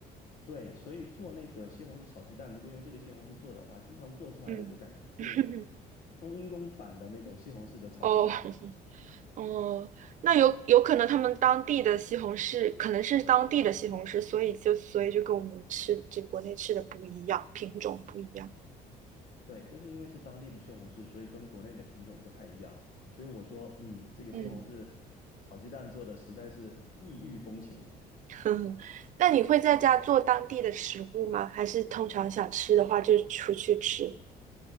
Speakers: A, on the left; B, on the right.
A: 对，所以做那个西红柿炒鸡蛋，如果用这个西红柿做的话，经常做出来的就感觉是
B: 嗯，<laughs>
A: 冬阴功版的那种西红柿的炒鸡蛋。
B: 哦哦，那有有可能他们当地的西红柿可能是当地的西红柿，所以就所以就跟我们吃就国内吃的不一样，品种不一样。
A: 对，就是因为是当地的西红柿，所以跟国内的品种不太一样。所以我说，嗯，这个西红柿
B: 嗯，
A: 炒鸡蛋做的实在是异域风情。
B: 嗯，那你会在家做当地的食物吗？还是通常想吃的话就出去吃？